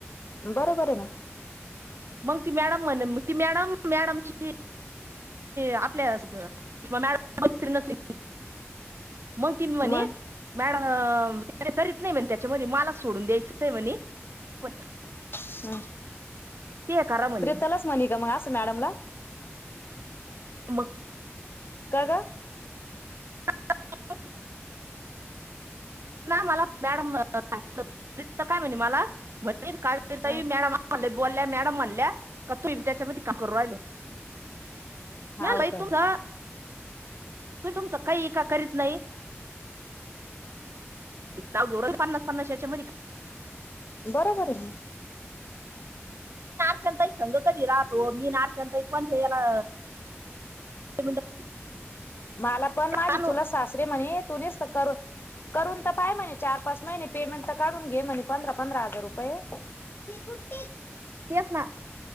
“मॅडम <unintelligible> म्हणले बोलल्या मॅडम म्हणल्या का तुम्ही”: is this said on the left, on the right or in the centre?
Right